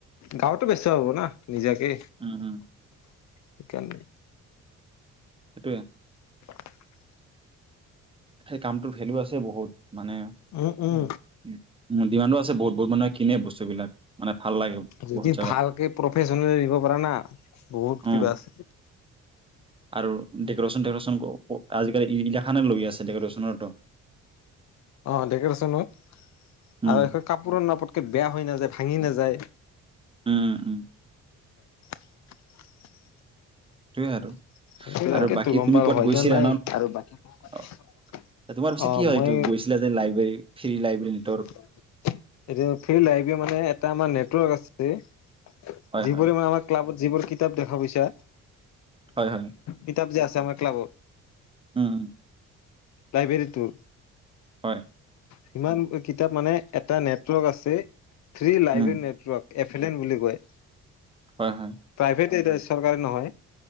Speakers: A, on the left; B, on the right.
A: গাঁৱতো বেচা হ'ব না নিজাকে
B: উম, উম।
A: সেইকাৰণে
B: সেইটোৱে।
A: <inaudible>
B: সেই কামটোৰ ভেলু আছে বহুত । মানে
A: উম উম
B: উ উ ডিমাণ্ডো আছে বহুত। বহুত মানুহে কিনে বস্তুবিলাক। মানে ভাল লাগে
A: যদি
B: বহুত জেগাত
A: ভালকে প্ৰফেচনেলি দিব পাৰা না বহুত
B: উম
A: কিবা আছে।
B: আৰু ডেক'ৰেশ্যন চেকেৰেচন আজিকালি ইদিনাখে লৈ আছে ডেক'ৰেশ্যনৰতো।
A: অ দেকৰেচনত
B: উম
A: আৰু এখন কাপোৰৰ নাপত বেয়া হৈ নাযায়, ভাঙি নাযায়।
B: উম উম
A: <unintelligible> <inaudible>
B: হেটোয়ে আৰু।
A: <unintelligible>
B: আৰু বাকী
A: গম
B: তুমি
A: পাও
B: ক'বাত
A: হয়
B: গৈছিলা
A: ন নাই। আৰু
B: অ',
A: <unintelligible>
B: তোমাৰ পিছে
A: অ'
B: কি হয়
A: মই
B: এইটো গৈছিলা যে লাইব্ৰেৰী ফ্ৰী
A: <unintelligible>
B: লাইব্ৰেৰী নেটৱৰ্ক
A: এতিয়া <unintelligible> এটা মানে <unintelligible>
B: হয়
A: যিবোৰে
B: হয়
A: মানে আমাৰ ক্লাবত যিবোৰ কিতাপ দেখা পাইছা
B: হয় হয়।
A: কিতাপ যে আছে আমাৰ ক্লাবত।
B: উম।
A: লাইব্ৰেৰীটোৰ।
B: হয়।
A: সিমান কিতাপ মানে এটা নেটৱৰ্ক আছে three library
B: um
A: network F L N বুলি কয়।
B: হয় হয়
A: প্ৰাইভেট এ চৰকাৰী নহয়।